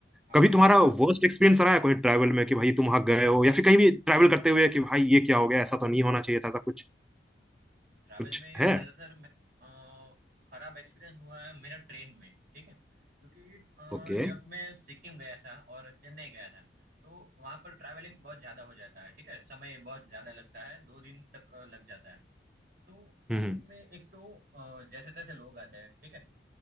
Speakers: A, on the right; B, in the centre.
A: हाँ
B: कभी तुम्हारा वर्स्ट एक्सपीरियंस रहा है कोई ट्रैवल में कि भाई तुम वहां गए हो या फिर कहीं भी ट्रैवल करते हुए कि भाई ये क्या हो गया ऐसा तो नहीं होना चाहिए था ऐसा कुछ
A: ट्रैवल
B: कुछ
A: में
B: है
A: ज्यादातर मैं- अ, खराब एक्सपीरियंस हुआ है मेरा ट्रेन में ठीक है क्योंकि अ,
B: ओके
A: जब मैं सिक्किम गया था और चेन्नई गया था तो वहां पर ट्रैवलिंग बहुत ज्यादा हो जाता है ठीक है समय बहुत ज्यादा लगता है दो दिन तक अ, लग जाता है तो
B: हम्म
A: ट्रेन में एक तो अ, जैसे तैसे लोग आते हैं ठीक है